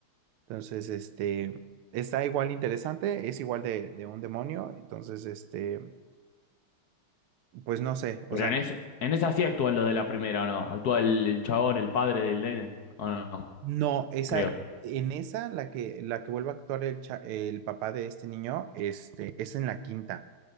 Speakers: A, on the right (about 80°); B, on the left (about 60°).
A: Entonces, este, está igual interesante, es igual de, de un demonio, entonces, este, pues no sé,
B: Pero
A: o sea,
B: en, es, en esa sí actúan los de la primera, ¿o no? Actúa el, el chabón, el padre del nene. ¿O no? No,
A: no, esa,
B: Creo.
A: en esa, la que, la que vuelve a actuar el, cha- el papá de este niño, este, es en la quinta.